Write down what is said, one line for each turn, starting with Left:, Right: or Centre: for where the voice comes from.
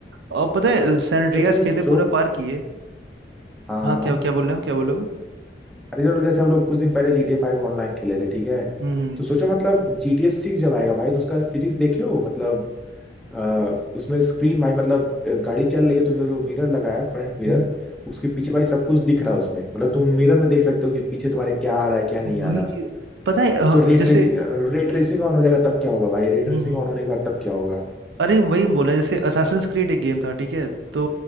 Right: और पता है सैन
Centre: जब तुम ही
Right: खेले
Centre: सोचो
Right: पूरा पार किए
Centre: हाँ
Right: हाँ
Centre: हाँ
Right: क्या क्या बोल रहे हो क्या बोल रहे हो
Centre: अरे जो जैसे हम लोग कुछ दिन पहले G T A five online खेले थे ठीक है
Right: हम्म
Centre: तो सोचो मतलब जी टी ए सिक्स जब आएगा भाई तो उसका फिजिक्स देखे हो मतलब अ, उसमें स्क्रीन भाई मतलब अ, गाड़ी चल रही है तो जो, जो मिरर लगा है फ्रंट मिरर
Right: हम्म
Centre: उसके पीछे भाई सब कुछ दिख रहा है उसमें मतलब तुम मिरर में देख सकते हो कि पीछे तुम्हारे क्या आ रहा है क्या नहीं
Right: वही
Centre: आ रहा
Right: चीज पता है अ,
Centre: तो जो ray tracing
Right: जैसे
Centre: ray tracing on हो जाएगा तब क्या होगा भाई रे ट्रेसिंग
Right: हम्म
Centre: ऑन होने के बाद तब क्या होगा
Right: अरे वही बोला जैसे असासिन्स क्रीड एक गेम था ठीक है तो